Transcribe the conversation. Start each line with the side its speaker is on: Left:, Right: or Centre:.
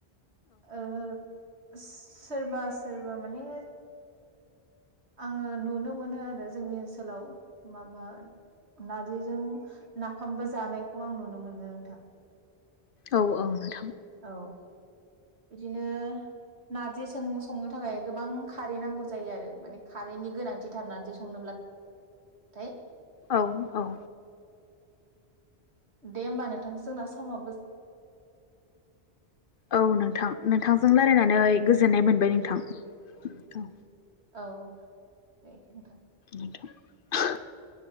Right: ओ सोरबा सोरबा माने आङो नुनो मोनो आरो जोंनि ओनसोलाव माबा नारजिजों नाफामबो जानायखौ आं नुनो मोनो नोंथां
Left: औ औ नोंथां
Right: औ बिदिनो नारजि संनो थाखाय गोबां खारै नांगौ जायो आरो माने खारैनि गोनांथिथार नार्जि संनोब्लाथाय
Left: औ औ
Right: दे होमबा नोंथां जोंना समा
Left: औ नोंथां नोंथांजों रायलायनानै
Right: औ
Left: गोजोननाय मोनबाय नोंथां औ
Right: औ दे नोंथां
Left: <inaudible>